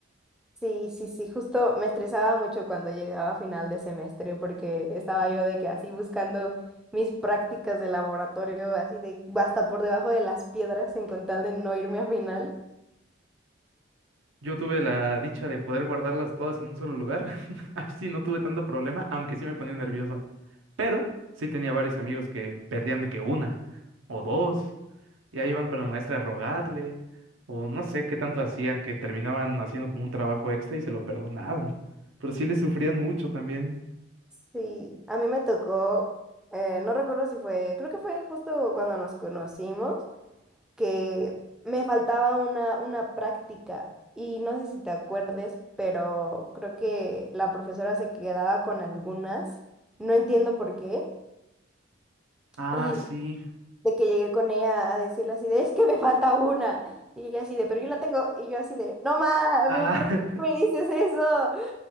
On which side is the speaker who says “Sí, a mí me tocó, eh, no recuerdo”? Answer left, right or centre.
Centre